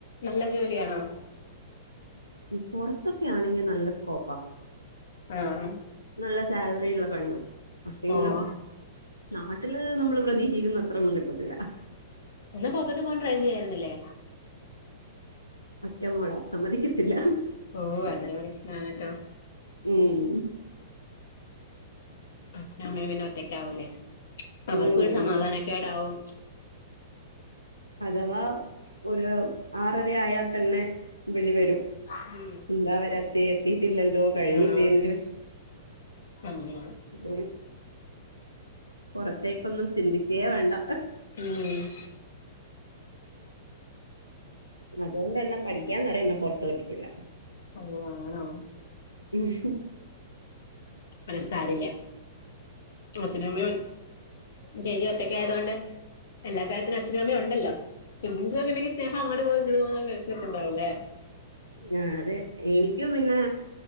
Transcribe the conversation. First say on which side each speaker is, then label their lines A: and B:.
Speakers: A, on the left; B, on the left.
A: നല്ല ജോലിയാണോ
B: പൊറ്ത്തൊക്കെയാണെങ്കിൽ നല്ല സ്കോപ്പാ
A: ആഹ്
B: നല്ല സാലറി ഉള്ള പണിയാണ് മുസ്ലിംഗളും
A: ഓഹ്
B: നാട്ടില് നമ്മള് പ്രതീക്ഷിക്കുന്ന അത്രൊന്നും കിട്ടത്തില്ല
A: എന്നാ പുറ്ത്തോട്ട് പോകാൻ ട്രൈ ചെയ്യായിരുന്നില്ലേ
B: ഒറ്റമോളാ സമ്മതിക്കത്തില്ല
A: ഓഹ് അതൊരു പ്രശ്നാണ് ട്ടോ
B: ഉം
A: അച്ചനു അമ്മേം പിന്നെ ഒറ്റക്ക് ആവൂല്ലേ അവർക്ക്
B: ഉം
A: ഒരു
B: ഒന്ന്
A: സമാധാനക്കേടാവും
B: അഥവാ ഒരു ആറര ആയാ തന്നെ വിളി വരും
A: ഉം
B: എന്താവരാത്തേ എത്തിട്ടില്ലല്ലോ കഴിഞ്ഞില്ലേ
A: ആഹ്
B: എന്ന് ചോദിച്ചിട്ട്
A: അങ്ങനെയാണ്
B: ഉം പുറത്തേക്കൊന്നും ചിന്തിക്കേ വേണ്ട
A: ഉം
B: അതോണ്ടന്നെ പഠിക്കാൻ വരെയെന്നെ പുറത്തു വിട്ടിട്ടില്ല
A: ഓഹ് ആണോ
B: ഇഷു
A: അത് സാരമില്ല അച്ഛനും അമ്മയും ചേച്ചിയും ഒറ്റയ്ക്കായതു കൊണ്ട് എല്ലാ കാര്യത്തിനും അച്ഛനും അമ്മയും ഉണ്ടല്ലോ സിബിലിങ്ങ്സ് ഓക്കെണ്ടെങ്കിൽ സ്നേഹം അങ്ങോട്ട് പോ ഇങ്ങട്ട് പോ ദേഷ്യയോക്കെ ഉണ്ടാവൂല്ലേ
B: ആഹ് അതെ എനിക്ക് പിന്നെ